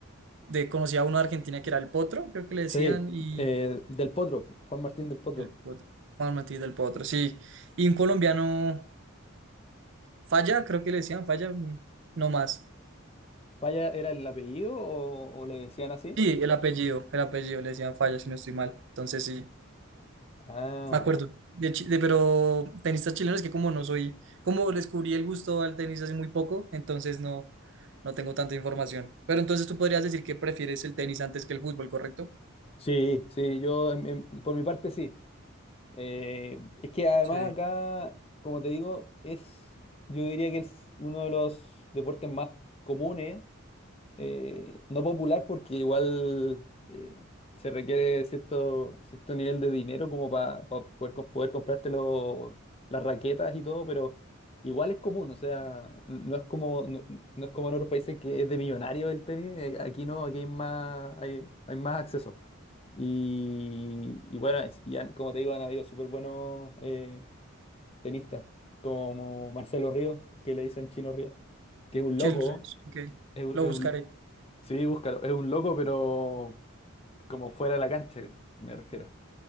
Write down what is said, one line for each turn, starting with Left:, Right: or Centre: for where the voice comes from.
Right: De, conocí a uno de Argentina que era el Potro, creo que le decían,
Left: Sí,
Right: y
Left: eh, del Potro, Juan Martín del Potro.
Right: El potro. Juan Martí del Potro, sí. Y un colombiano, Falla, creo que le decían Falla, mm, no más.
Left: ¿Paya era el apellido o, o le decían así?
Right: Sí, el apellido, el apellido, le decían Falla, si no estoy mal. Entonces sí,
Left: Ah,
Right: me acuerdo. De, chi- de- pero tenistas chilenos que como no soy, como descubrí el gusto al tenis hace muy poco, entonces no, no tengo tanta información. Pero entonces tú podrías decir que prefieres el tenis antes que el fútbol, ¿correcto?
Left: Sí, sí, yo en- en- por mi parte sí. Eh, es que además
Right: Sí.
Left: acá, como te digo, es, yo diría que es uno de los deportes más comunes eh, no popular porque igual eh, se requiere cierto, cierto nivel de dinero como para poder, co- poder comprarte los- las raquetas y todo, pero igual es común, o sea, no es como, no, no es como en otros países que es de millonario el tenis, eh, aquí no, aquí hay más, hay, hay más acceso. Y, y bueno, es- y han- como te digo, han habido súper buenos eh, tenistas, como Marcelo Ríos, que le dicen Chino Ríos, que es un
Right: Chile,
Left: loco,
Right: ok,
Left: es un,
Right: lo
Left: es
Right: buscaré.
Left: un- Sí, búscalo. Es un loco, pero como fuera de la cancha, me refiero.